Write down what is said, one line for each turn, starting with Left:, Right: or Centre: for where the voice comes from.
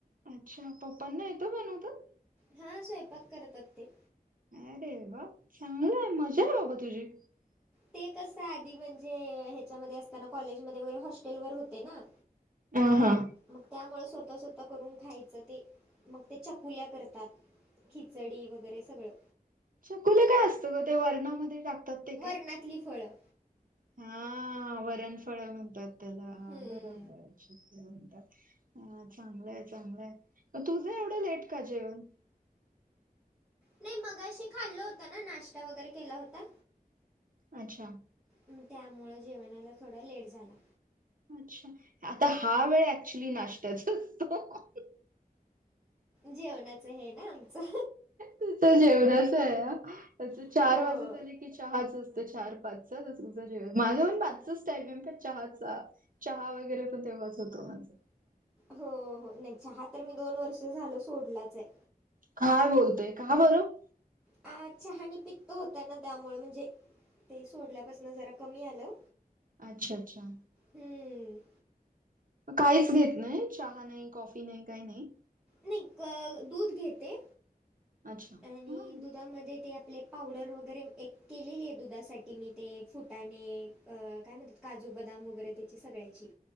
Right: अच्छा पप्पांना येतं बनवता?
Centre: हा स्वयंपाक करतात ते
Right: अरे वा चांगलंय मजा आहे बाबा तुझी.
Centre: ते कस आधी म्हणजे ह्याच्यामध्ये असताना कॉलेजमध्ये वगैरे हॉस्टेल वर होते ना
Right: हा हा.
Centre: मग त्यामुळे स्वतः स्वत त करून खायचं ते मग ते चकुल्या करतात खिचडी वगैरे सगळं
Right: चकुलयां काय असत ग ते वर्णामध्ये टाकतात ते काय?
Centre: वर्णातली फळं
Right: हा वरण फळ म्हणतात त्याला
Centre: हम्म.
Right: <unintelligible> हा चांगलंय चांगलंय. तुझं एवढं लेट का जेवण?
Centre: नाही मगशी खाल्लं होत ना नाश्ता वगैरे केला होता
Right: अच्छा.
Centre: ग त्यामुळं जेवणाला थोडा लेट झाला.
Right: अच्छा आता हा वेळ ऍक्च्युली नाश्त्याचा असतो.
Centre: जेवणाच हे ना आमचं.
Right: तुचं जेवणाच आहे
Centre: हो.
Right: चार वाजता आली. की चहाच असतं चार पाचचा उझं जेव माझा पण पाचच टाईम आहेम का चहाचा चहा वगैरे पण तेव्हाच होतो माझं.
Centre: हो हो नाही चहा तर मी दोन वर्ष झाल सोडलाच आहे.
Right: काय बोलतय का बरं
Centre: आ चहाणी पित्त होत ना त्यामुळे म्हणजे ते सोडल्यापासून जरा कमी आलं
Right: अच्छा अच्छा.
Centre: हं.
Right: काहीच घेत नाही चहा नाही कॉफी नाही काही नाही
Centre: नाही दूध घेते
Right: अच्छा
Centre: आणि
Right: हं.
Centre: दुधामध्ये ते आपले पावडर वगैरे एक केलेली आहे दुधासाठी मी ते फुटाणे काय म्हणतात काजू बदाम वगैरे त्याची सगळ्याची.